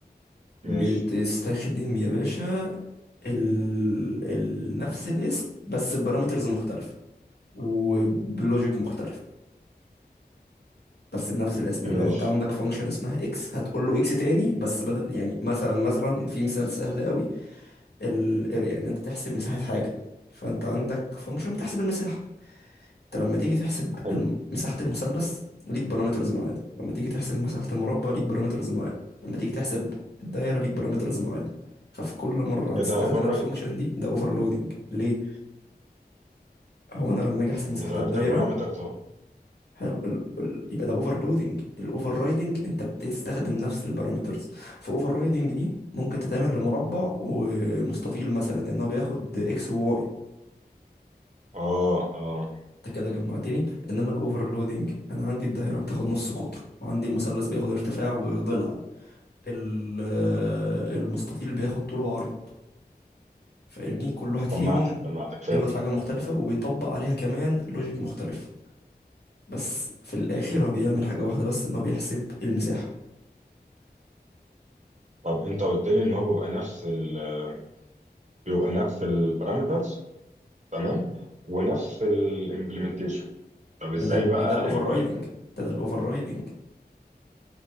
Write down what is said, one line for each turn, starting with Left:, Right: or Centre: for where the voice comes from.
Left: بتستخدم
Right: ماشي
Left: يا باشا ال... ال... نفس الاسم بس ببارامترز مختلفة وبلوجيك مختلف بس بنفس الاسم لو
Right: ماشي
Left: انت عندك فانكشن اسمها اكس هتقول له اكس تاني بس بدل يعني مثلا مثلا في مثال سهل قوي الاريا ان انت تحسب مساحة حاجة فانت عندك فانكشن بتحسب المساحة انت لما تيجي تحسب
Right: حلو
Left: الم- مساحة المثلث ليك بارامترز معينة لما تيجي تحسب مساحة المربع ليك بارامترز معينة لما تيجي تحسب الدايرة ليك بارامترز معينة ففي كل مرة هتستخدم
Right: كده اوفر
Left: الفانكشن
Right: رايد
Left: دي ده اوفرلودنج ليه هو انا لما اجي احسب مساحة
Right: انا غيرت
Left: الدايرة
Right: البارامترز اهو
Left: حلو ال... ال... يبقى ده اوفر لودنج الاوفر رايدنج انت بتستخدم نفس البارامترز فاوفر رايدنج دي ممكن تتعمل لمربع ومستطيل مثلا ان هو بياخد اكس وواي
Right: اه اه
Left: انت كده جمعتني انما الاوفرلودنج انا عندي الدايره بتاخد نص قطر وعندي المثلث بياخد ارتفاع وضلع ال... المستطيل بياخد طول وعرض فاهمني كل واحد فيهم
Right: جمعتك جمعتك
Left: بياخد
Right: فهمت
Left: حاجه مختلفه وبيطبق عليها كمان لوجيك مختلف بس في الاخر
Right: مم.
Left: هو بيعمل حاجه واحده بس ان هو بيحسب المساحه
Right: طب انت قلت لي ان هو بيبقى نفس ال آه، بيبقى نفس البارامترز تمام ونفس الامبلمنتيشن طب ازاي
Left: ده ده
Right: بقى
Left: ده ده الاوفر
Right: هي
Left: رايدنج
Right: يعني
Left: ده ده الاوفر رايدنج